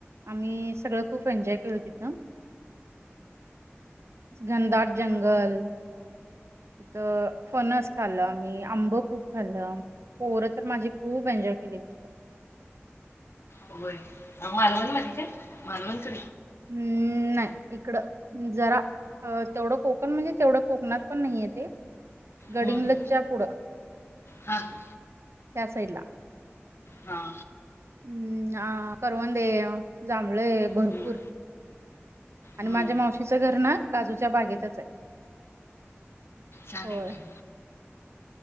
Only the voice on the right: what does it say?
आम्ही सगळ खूप एन्जॉय केलू तिथ. घनदाट जंगल. तिथ फणस खाल आम्ही आंब खूप खाल्ल. पोर तर माझी खूप एन्ॉय केली तिथ.
हम्म नाही इकड जरा अ तेवढ कोकण म्हणजे तेवढ कोकणात पण नाही येत ते. गडिंगलच्या
पुढ
त्या साईडला.
हम्म. हा करवंदे, जांभळेय
भरपूर. आणि
माझ्या मावशीच घर ना काजूच्या बागेतच आहे.
होय.